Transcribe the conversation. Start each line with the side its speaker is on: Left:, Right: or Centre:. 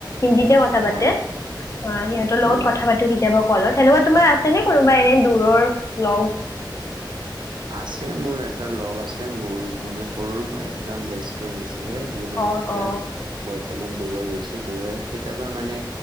Left: হিন্দীতে কথা পাতে
Right: অ
Left: অ' সিহঁতৰ লগত
Right: অ
Left: কথা পাতো কেতিয়াবা কলত। তেনেকুৱা তোমাৰ আছে নে কোনোবা এনে দূৰৰ লগ?
Right: আছে মোৰ এটা লগ আছে মোৰ মানে সৰু একদম বেষ্ট ফ্ৰেণ্ড আছিলে সি মানে
Left: অ
Right: এতিয়া
Left: অ
Right: বৰ্তমান ডুবৈ গৈছে ডুবৈত কেতিয়াবা মানে